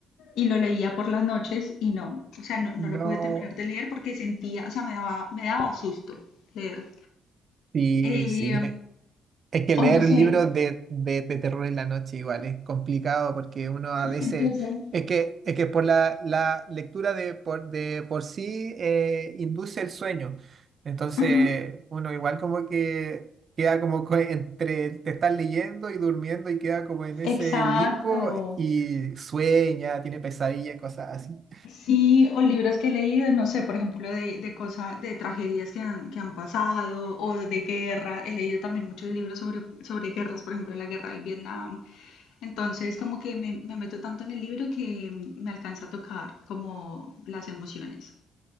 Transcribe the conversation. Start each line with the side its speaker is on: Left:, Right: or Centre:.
Left: y lo leía por las noches y no, o sea, no, no
Right: No.
Left: lo pude terminar de leer porque sentía, o sea, me daba, me daba susto leer.
Right: Sí,
Left: Eh,
Right: sí. Es que leer
Left: o no sé,
Right: libros de, de, de terror en la noche igual es complicado porque uno a veces,
Left: entonces,
Right: es que, es que por la, la lectura de por, de por sí eh, induce el sueño. Entonces
Left: ujú,
Right: uno igual como que queda como co- entre te estás leyendo y durmiendo y queda como en ese
Left: exacto.
Right: limbo y sueña, tiene pesadillas, cosas así.
Left: Sí, o libros que he leído, no sé, por ejemplo, de, de cosas, de tragedias que han, que han pasado o de guerra. He leído también muchos libros sobre, sobre guerras, por ejemplo, la guerra del Vietnam. Entonces, como que me, me meto tanto en el libro que me alcanza a tocar como las emociones.